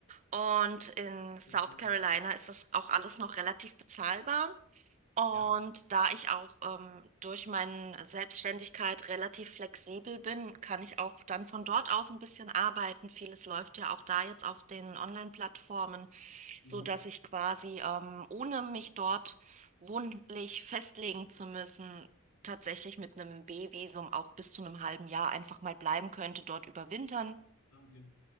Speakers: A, on the right (about 30°); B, on the left (about 70°).
A: und in South
B: Sehr cool.
A: Carolina ist das auch alles noch relativ bezahlbar. Und
B: Ja,
A: da ich auch ähm, durch meine Selbstständigkeit relativ flexibel bin, kann ich auch dann von dort aus ein bisschen arbeiten. Vieles läuft ja auch da jetzt auf den Online-Plattformen,
B: mhm.
A: so dass ich quasi ähm, ohne mich dort wohnlich festlegen zu müssen, tatsächlich mit einem B-Visum auch bis zu einem halben Jahr einfach mal bleiben könnte, dort überwintern.
B: Wahnsinn.